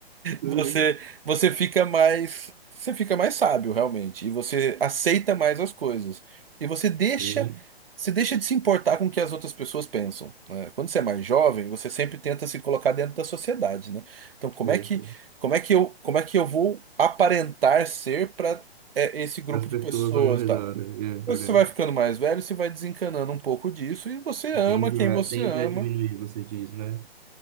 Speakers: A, on the right; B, on the right.
A: Uhum.
B: Você, você fica mais, você fica mais sábio, realmente, e você aceita mais as coisas. E você deixa,
A: Sim,
B: você deixa de se importar com o que as outras pessoas pensam, né? Quando você é mais jovem, você sempre tenta se colocar dentro da sociedade, né? Então, como
A: sei,
B: é que,
A: sei.
B: como é que eu, como é que eu vou aparentar ser para esse grupo
A: As
B: de
A: pessoas
B: pessoas,
A: ao meu redor,
B: e tal?
A: é verdade.
B: Depois que Você vai ficando mais velho, você vai desencanando um pouco disso e você ama
A: Tende
B: quem você
A: a, tende
B: ama.
A: a diminuir, você diz, né?